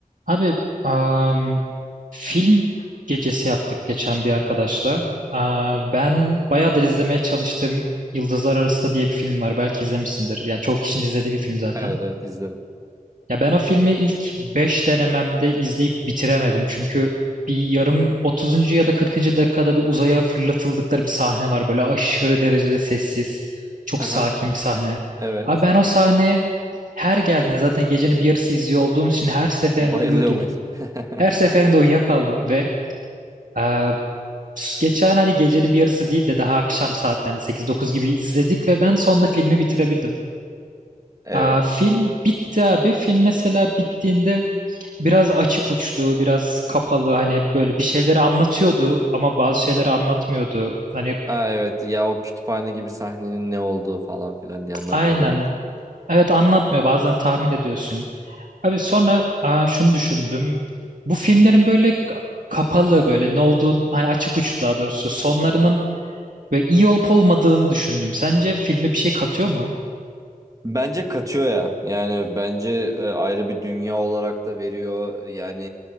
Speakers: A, on the right; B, on the right.
A: Abi am, film gecesi yaptık geçen bir arkadaşla. Aa, ben bayağıdır izlemeye çalıştığım Yıldızlar Arasında diye bir film var. Belki izlemişsindir. Yani çoğu kişinin izlediği bir film zaten.
B: Evet evet izledim.
A: Ya ben o filmi ilk 5 denememde izleyip bitiremedim. Çünkü bir yarım 30. ya da 40. dakikada bir uzaya fırlatıldıkları bir sahne var. Böyle aşırı derecede sessiz. Çok
B: Aha,
A: sakin bir sahne.
B: evet.
A: Abi ben o sahne her geldiğinde zaten gecenin bir yarısı izliyor olduğum için her seferinde
B: Bayılıyor
A: uyudum.
B: muydun? <laughs>
A: Her seferinde uyuyakaldım ve e, geçen hani gecenin bir yarısı değil de daha akşam saatlerinde sekiz dokuz gibi izledik ve ben sonunda filmi bitirebildim.
B: Evet.
A: E, film bitti abi. Film mesela bittiğinde biraz açık uçlu, biraz kapalı hani böyle bir şeyleri anlatıyordu ama bazı şeyleri anlatmıyordu. Hani
B: Aa, evet ya o kütüphane gibi sahnenin ne olduğu falan filan diye anlatmıyor
A: aynen
B: evet.
A: evet anlatmıyor bazen tahmin ediyorsun. Abi sonra e, şunu düşündüm. Bu filmlerin böyle kapalı böyle ne olduğunu hani açık uçlu daha doğrusu sonlarının Ve iyi olup olmadığını düşündüm. Sence filme bir şey katıyor mu?
B: Bence katıyor ya. Yani bence e, ayrı bir dünya olarak da veriyor. Yani